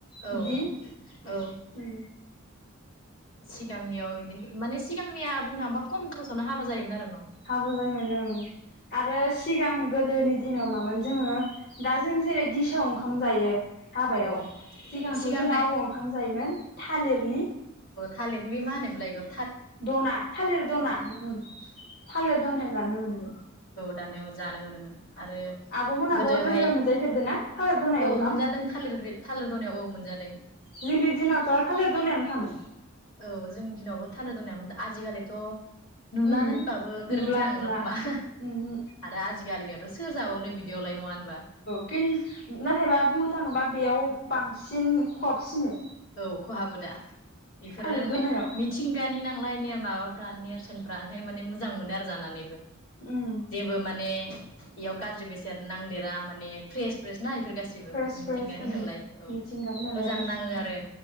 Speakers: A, on the left (about 65°); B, on the left (about 50°).
A: औ औ
B: बिदि
A: औ।
B: उम
A: सिगांनियाव इदिनो माने सिगांनिया बुंनो थाङोबा खम ख'रसावनो हाबा जायोमोन आरो न'।
B: हाबो जायोमोन ओं आरो सि सिगां गोदोनि दिनाव मामोन जोङो दा जों जेरै दिसआव ओंखाम जायो हाबायाव
A: न'
B: सिगांथ'
A: सिगांहाय
B: जोंना ओबाव ओंखाम जायोमोन थालिरनि
A: थालिरनि बे मा होनोमलाय इखो
B: द'ना थालिर द'ना उम थालिर द'नायाव जानो मोनदोमोन।
A: जानो जानो मोनोमोन। आरो
B: आब'मोनाबो
A: गोदोहाय
B: गोदो मोनजायफेरदों ना थालिर दनायाव
A: औ
B: ओंखाम
A: मोनजादों थालिर थालिर द'नायाव औ मोनजादों।
B: जोंनि दिनावथ' थालिर दनायावनो खामोन
A: औ जोंनि दिनावबो थालिर द'ना जिखालिथ' नुलानो
B: उम
A: होनबाबो गोरोन्थि
B: नुला
A: जानाय
B: नुला
A: नंला खोमा
B: उमहो
A: आरो आजिखालिनियावथ' सोर जाबावनो बिदियावलाय नङा होनबा?
B: <unintelligible> नाथायबा बुंनो थाङोबा बेयाव बांसिन खहाबसिनो।
A: औ खहाबो दा। इफोरोनो
B: थालिर दनायाव
A: मिथिंगानि नांलाय <unintelligible> फ्रा नेरसोनफ्रा ओंखायनो माने मोजां मोनो आरो जानानैबो।
B: उम
A: जेबो माने बेयाव गाज्रि बेसाद नांदेरा माने फ्रेस फ्रेस ना इफोर गासिबो
B: फ्रेस
A: मिथिंगानि
B: फ्रेस ओं
A: नालाय औ
B: मिथिंगानि नालाय
A: मोजां
B: उम
A: नाङो आरो।